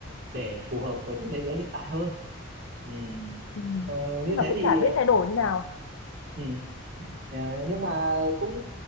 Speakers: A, on the right; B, on the left.
A: để phù hợp với cái thế giới hiện tại hơn. Ừ.
B: Ừ.
A: Ờ,
B: nhưng
A: như
B: mà
A: thế
B: cũng
A: thì
B: chả
A: ờ,
B: biết thay đổi như nào
A: ừ. Ờ, nhưng mà cũng